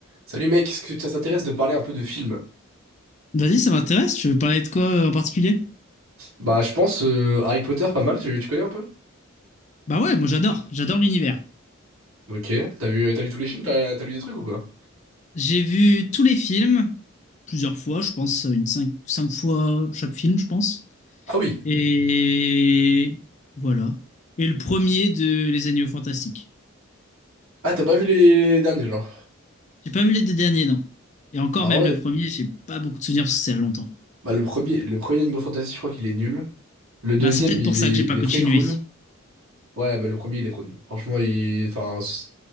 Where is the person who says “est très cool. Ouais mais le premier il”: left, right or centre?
Right